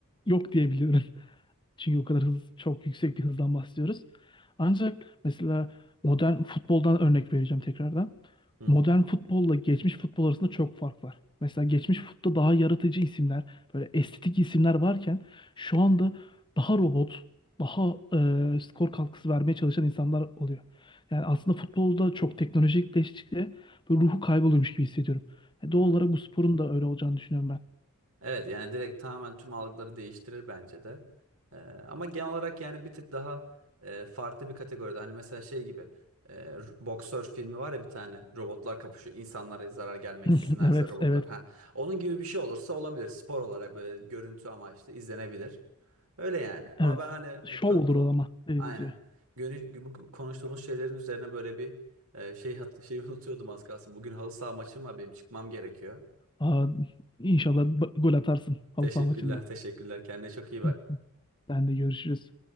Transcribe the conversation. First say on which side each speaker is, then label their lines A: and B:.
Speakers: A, on the left; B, on the right.
A: yok diyebiliyorum. <laughs> Çünkü o kadar hız, çok yüksek bir hızdan bahsediyoruz. Ancak mesela modern futboldan örnek vereceğim tekrardan.
B: Hı hı.
A: Modern futbolla geçmiş futbol arasında çok fark var. Mesela geçmiş futbolda daha yaratıcı isimler, böyle estetik isimler varken şu anda daha robot, daha e, skor katkısı vermeye çalışan insanlar oluyor. Yani aslında futbolda çok teknolojikleştikçe böyle ruhu kayboluyormuş gibi hissediyorum. Yani
B: Hı.
A: doğal olarak bu sporun da öyle olacağını düşünüyorum ben.
B: Evet yani direkt tamamen tüm algıları değiştirir bence de. Ee, ama genel olarak yani bir tık daha e, farklı bir kategoride. Hani mesela şey gibi e, r- boksör filmi var ya bir tane robotlar kapışıyor. İnsanlara zarar gelmeksindense
A: <laughs> Evet,
B: robotlar.
A: evet,
B: Ha. Onun gibi bir şey olursa olabilir. Spor olarak böyle görüntü amaçlı izlenebilir. Öyle yani. Ama
A: evet.
B: ben hani bu,
A: Şov
B: ka-
A: olur
B: bu ko-
A: o ama dediğimiz
B: aynen.
A: gibi.
B: Gönü- bu konuştuğumuz şeylerin üzerine böyle bir e, şey hat- şeyi <laughs> unutuyordum az kalsın. Bugün halı saha maçım var benim çıkmam gerekiyor.
A: Aa, inşallah ba- gol atarsın halı
B: Teşekkürler,
A: saha maçında.
B: teşekkürler. Kendine çok iyi bak.
A: <laughs> Sen de görüşürüz.